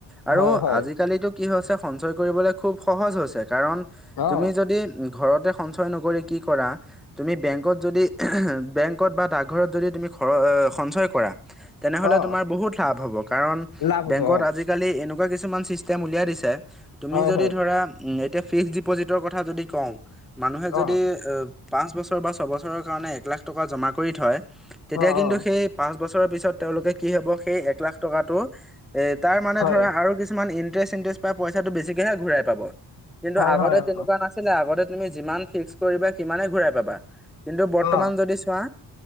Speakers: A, in the centre; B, on the left.
A: আৰু,
B: হয় হয়
A: আজিকালিটো কি হৈছে সঞ্চয় কৰিবলৈ খুব সহজ হৈছে কাৰণ তুমি
B: অ
A: যদি ঘৰতে, সঞ্চয় নকৰি কি কৰা, তুমি বেংকত যদি বেংকত বা ডাগঘৰত যদি তুমি, ঘৰ সঞ্চয় কৰা তেনেহলে
B: অ
A: তোমাৰ বহুত লাভ হব কাৰন
B: লাভ হ'ব
A: বেংকত
B: অ
A: আজি, আজিকালি এনেকুৱা কিছুমান চিষ্টেম উলিয়াই দিছে তুমি
B: হয়
A: যদি
B: হয়
A: ধৰা, এতিয়া ফিক্সড ডিপ'জিটৰ কথা যদি কওঁ মানুহে যদি,
B: অ
A: পাঁচ বছৰ বা ছবছৰৰ কাৰণে এক লাখ টকা জমা কৰি থয় তেতিয়া
B: অ
A: কিন্তু
B: অ
A: সেই, পাঁচ বছৰৰ পিছত তেওঁলোকে কি হব সেই এক লাখ টকাটো এ তাৰ মানে
B: হয়
A: ধৰা আৰু কিছু মান ইণ্টাৰেষ্ট -চিন্তাৰেষ্ট পাই পইছাটো বেছিকেহে ঘূৰাই পাব, কিন্তু
B: হয়
A: আগতে
B: হয়
A: তেনেকুৱা
B: অ
A: নাছিল। কিন্তু আগতে তুমি যিমান ফিক্স কৰিবা সিমানে ঘুৰাই পাবা কিন্তু বৰ্তমান
B: অ
A: যদি চোৱা,